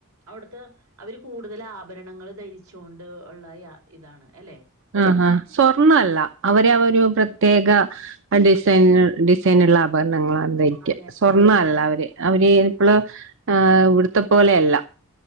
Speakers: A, on the right; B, on the right.
A: അവിടുത്തെ അവര് കൂടുതല് ആഭരണങ്ങൾ ധരിച്ചോണ്ട്ള്ള യ ഇതാണ് അല്ലെ?
B: ആ ആ സ്വർണല്ല അവര് അവരൊ പ്രത്യേക ആ ഡിസൈൻ ഡിസൈന്ള്ള ആപരണങ്ങളാണ് ധരിക്ക
A: അതെ അതെ
B: സ്വർണ്ണല്ലവര്
A: ആ ശരി
B: അവര് ള് ഹെ വ്ട്ത്തെ പോലെയല്ല